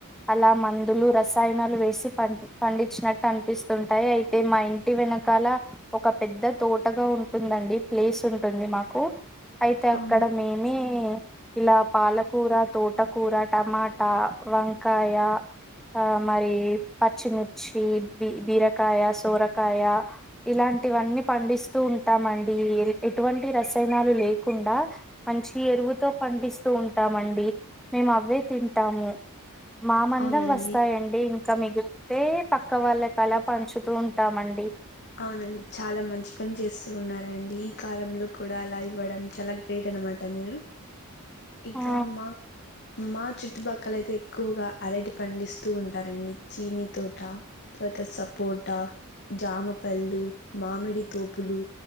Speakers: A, in the centre; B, on the left.
A: అలా మందులు రసాయనాలు వేసి పండించినట్టు అనిపిస్తుంటాయి అయితే మా ఇంటి వెనకాల ఒక పెద్ద తోటగా ఉ ఉంటుందండి ప్లేస్ ఉంటుంది మాకు అయితే అక్కడ
B: అవును
A: మేమే ఇలా పాలకూర తోటకూర టమాటా వంకాయ ఆ మరీ పచ్చిమిర్చి బీ బీరకాయ సోరకాయ ఇలాంటివన్నీ పండిస్తూ ఉం టామండి ఎటువంటి రసాయనాలు లేకుండా మంచి ఎరువుతో పండిస్తూ ఉంట మండి మేము అవే తింటాము మా మందం
B: అవునండి
A: వస్తాయండి ఇంకా మిగు. లుతే పక్క వాళ్ళకలా పంచుతా ఉంటామండి
B: అవునండి చాలా మంచి పని చేస్తూ ఉన్నారండి ఈ కాలంలో కూడా అలా ఇవ్వడం చాలా గ్రేట్ అనమాట మీరు ఇకామ
A: ఆ
B: మా చు చుట్టుపక్కల అయితే ఎక్కువగా అరటి పండిస్తూ ఉంటారండి చీనీ తోట తర్వాత సపోట్ ట జామపళ్ళు మామిడి తోపులు